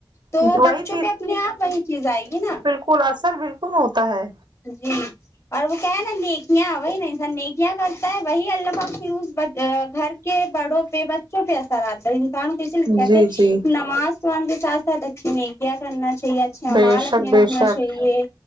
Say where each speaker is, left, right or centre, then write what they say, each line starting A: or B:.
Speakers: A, on the left; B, on the right.
A: تو
B: وہی
A: بچوں پہ اپنے اپ وہی چیز ائے گی نا
B: پر اثر بالکل ہوتا ہے
A: جی اور وہ کہ ہے نیکیاں وہی انسان نیکیا کیا کرتا ہے وہی اللہ پاک پھر اس گھر کے بڑوں پہ بچوں پہ اثر اتا ہے کون کسے کہتے
B: جی جی
A: نماز قران کے ساتھ ساتھ اچھی نیکیاں کرنا چاہ اچھے امال
B: بے شک
A: اپنے
B: بے
A: رکھنا
B: شک
A: چاہیے